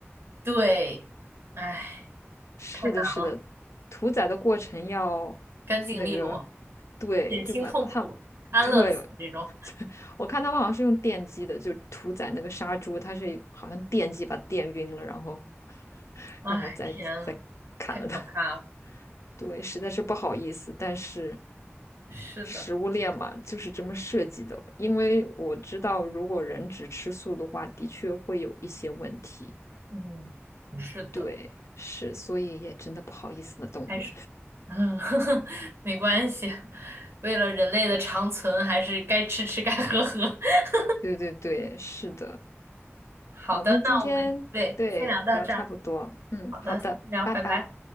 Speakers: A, on the right (about 65°); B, on the left (about 80°).
A: 对，哎，
B: 是的，
A: 太难了，
B: 是的，屠宰的过程要
A: 干净利落，
B: 那个，对，
A: 减轻痛苦，
B: 就把它，
A: 安乐死这种。
B: 对，<laughs> 我看他们好像是用电击的，就屠宰那个杀猪，它是好像电击把它电晕了，然后，
A: 哎，
B: 然后再再砍了它。
A: 天啊，太可怕了。
B: 对，实在是不好意思，但是
A: 是的，
B: 食物链嘛，就是这么设计的。因为我知道，如果人只吃素的话，的确会有一些问题。
A: 嗯，是的，
B: 对，是，所以也真的不好意思的动物们。
A: 还是嗯，<laughs> 没关系，为了人类的长存，还是该吃吃，该喝喝。<laughs>
B: 对对对，是的。
A: 好的，
B: 好，那今天对聊差不多，
A: 那我们对，先聊到这儿。
B: 嗯，
A: 好的，
B: 好的，
A: 下次聊，
B: 拜拜。
A: 拜拜。